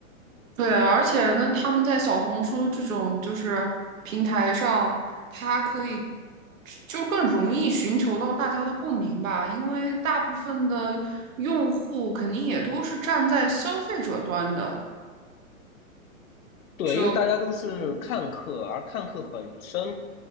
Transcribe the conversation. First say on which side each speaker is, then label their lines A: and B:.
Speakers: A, on the right (about 70°); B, on the left (about 75°).
A: 对，而且呢，他们在小红书这种就是平台上，它可以就更容易寻求到大家的共鸣吧，因为大部分的用户肯定也都是站在消费者端的，
B: 对，
A: 就
B: 因为大家都是看客，
A: 嗯
B: 而看客本身